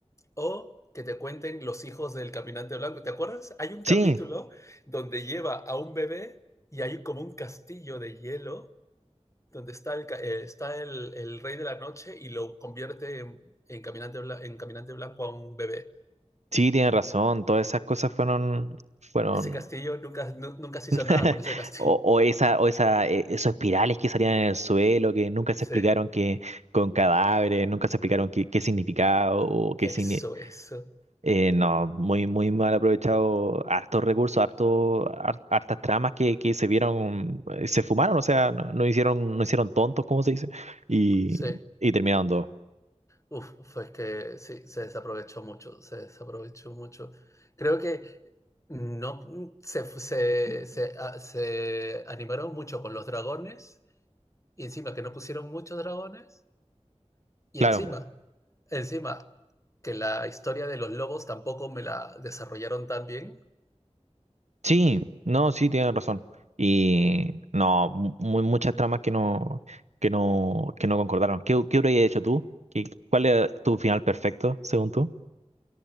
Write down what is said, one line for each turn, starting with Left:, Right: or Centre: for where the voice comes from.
Left: o que te cuenten los hijos del caminante blanco. ¿Te acuerdas? Hay un capítulo
Right: Sí,
Left: donde lleva a un bebé y hay como un castillo de hielo donde está el, eh, está el, el rey de la noche y lo convierte en, en caminante, bla- en caminante blanco a un bebé.
Right: sí, tienes razón. Todas esas cosas fueron, fueron,
Left: Ese castillo nunca, nu- nunca se
Right: <laughs>
Left: hizo nada con ese castillo.
Right: o,
Left: <laughs>
Right: o esa, o esa, e- esos espirales que salían en el suelo, que nunca se explicaron
Left: Sí,
Right: que con cadáveres, nunca se explicaron qué, qué significaba o qué
Left: eso,
Right: signi-
Left: eso.
Right: eh, no, muy, muy mal aprovechado, hartos recursos, harto, har- hartas tramas que, que se vieron, eh, se fumaron, o sea, no, no hicieron, no hicieron tontos, como se dice, y,
Left: Sí,
Right: y terminaron todo.
Left: uf, fue que sí, se desaprovechó mucho, se desaprovechó mucho. Creo que no mm, se, se, se, a- se animaron mucho con los dragones y encima que no pusieron muchos dragones Y
Right: Claro.
Left: encima, encima, que la historia de los lobos tampoco me la desarrollaron tan bien.
Right: Sí, no, sí, tienes razón. Y no, mu- mu- muchas tramas que no, que no, que no concordaron. ¿Qué, qué habrías hecho tú? ¿Qué- cuál era tu final perfecto, según tú?